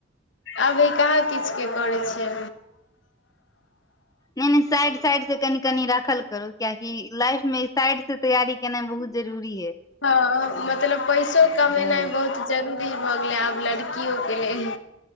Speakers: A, on the left; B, on the left.
A: अभी कहाँ किछ केँ करै छियै
B: नै नै साइड साइड से कनि कनि राखल करू कियकि लाइफ में साइड से तैयारी केनाइ बहुत जरूरी है
A: हँ मतलब पैसो कमेनै
B: ह
A: बहुत जरूरी भऽ गेलै आब लड़कियो कें लेल